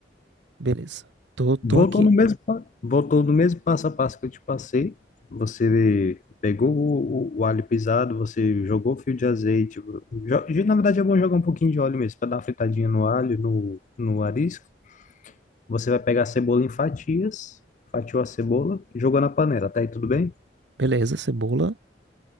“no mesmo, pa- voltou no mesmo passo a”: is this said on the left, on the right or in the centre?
Left